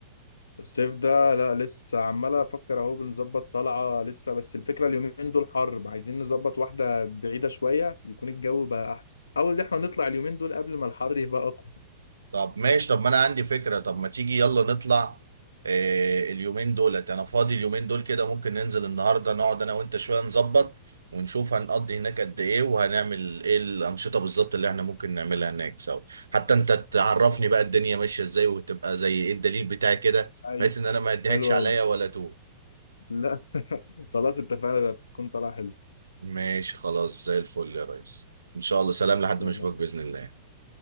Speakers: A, on the left; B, on the right.
A: الصيف ده لا لسه عمال افكر اهو بنظبط طلعه لسه بس الفكره اليومين دول حر عايزين نظبط واحده بعيده شويه يكون الجو بقى احسن او ان احنا نطلع اليومين دول قبل ما الحر يبقى اقوى
B: طب ماشي طب ما انا عندي فكرة طب ما تيجي يلا نطلع آه اليومين دولت انا فاضي اليومين دول كده ممكن ننزل النهاردة نقعد انا وانت شوية نظبط ونشوف هنقضي هناك قد ايه وهنعمل ايه الانشطة بالظبط اللي احنا ممكن نعملها هناك سوا حتى انت تعرفني
A: خلاص
B: بقى الدنيا ماشية ازاي وتبقى زي ايه الدليل بتاعي كده
A: ايوه
B: بحيث ان انا ما اديهاكش
A: حلو
B: عليا
A: قوي
B: ولا تو
A: لا خلاص اتفقنا ده هتكون طلعه حلوه
B: ماشي خلاص زي الفل يا ريس ان شاء الله سلام لحد
A: طب
B: ما اشوفك
A: لا
B: بإذن الله